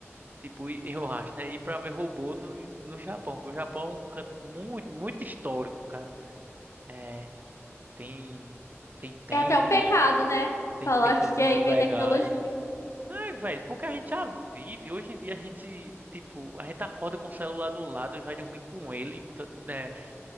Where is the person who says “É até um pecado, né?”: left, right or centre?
Left